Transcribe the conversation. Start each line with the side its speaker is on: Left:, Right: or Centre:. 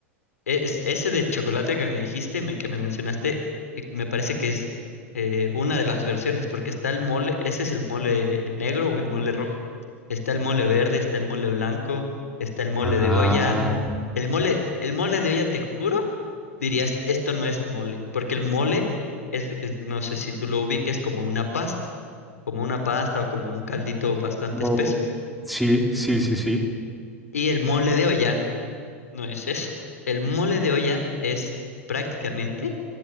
Left: Es, ese de chocolate que me dijiste, me- que me mencionaste, y me parece que es eh, una de las versiones, porque está el mole, ese es el mole negro o el mole rojo. Está el mole verde, está el mole blanco, está el mole
Centre: Ah,
Left: de olla. El mole, el mole de olla, te juro, dirías, esto no es mole, porque el mole es, es- no sé si tú lo ubiques como una pasta, como una pasta o como un caldito bastante
Centre: como-
Left: espeso.
Centre: Sí, sí, sí, sí.
Left: Y el mole de olla no es eso. El mole de olla es prácticamente